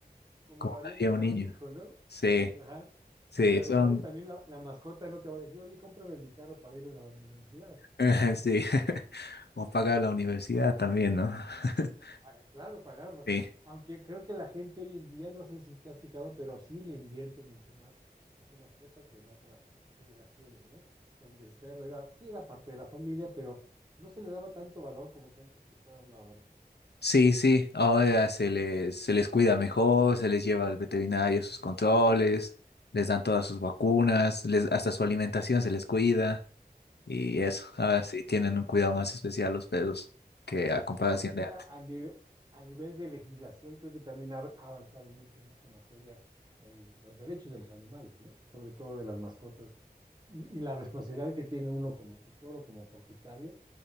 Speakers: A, on the right; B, on the left.
A: como
B: como
A: lo haría
B: haría
A: quizá
B: un niño.
A: un hijo, ¿no?
B: Sí.
A: Ajá.
B: Sí,
A: Y a lo
B: son,
A: mejor también la, la mascota no te va a decir, oye, cómprame mi carro para ir a la universidad.
B: <laughs> sí, <laughs> o pagar la universidad también, ¿no? <laughs>
A: Ah, Claro, pagarla.
B: Sí,
A: Aunque creo que la gente hoy en día, no sé si te has fijado, pero sí le invierte mucho más a su mascota que en otras generaciones, ¿no? Donde el perro era, sí era parte de la familia, pero no se le daba tanto valor como creo que se le está dando ahora.
B: sí, sí, ahora se les, se les cuida mejor, se les lleva al veterinario sus controles, les dan todas sus vacunas, les, hasta su alimentación se les cuida y eso,
A: Exacto.
B: ahora sí tienen un cuidado más especial los perros que a comparación
A: Y también
B: de antes.
A: a, a nivel, a nivel de legislación, creo que también ha ha avanzado mucho en esta materia el- los derechos de los animales, ¿no? Sobre todo de las mascotas y, y la responsabilidad que tiene uno como tutor o como propietario